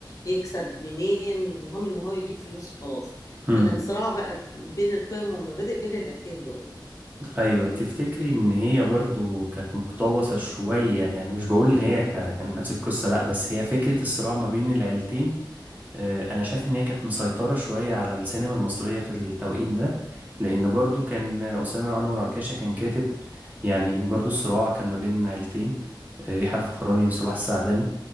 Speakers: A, on the left (about 40°); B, on the right (about 20°).
A: يكسب منين المهم ان هو يجيب فلوس وخلاص
B: امم
A: فكان صراع بقى بين القيم والمبادئ بين العيلتين دول
B: ايوه تفتكري ان هي برضو كانت مقتبسه شويه يعني مش بقول ان هي كا- كان نفس القصه لا بس هي فكره الصراع ما بين العيلتين آه، انا شايف ان هي كانت مسيطره شويه على السينما المصريه في التوقيت ده لان برضو كان اسامه انور عكاشه كان كاتب يعني برضو الصراع كان ما بين عيلتين آه، يحيى الفخراني وصلاح السعدني